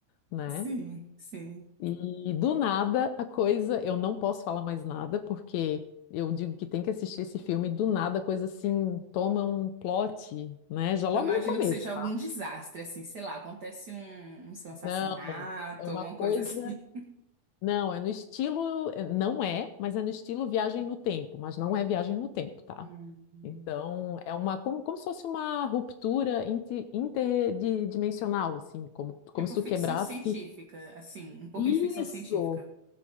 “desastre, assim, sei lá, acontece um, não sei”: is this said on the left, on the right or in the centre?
Right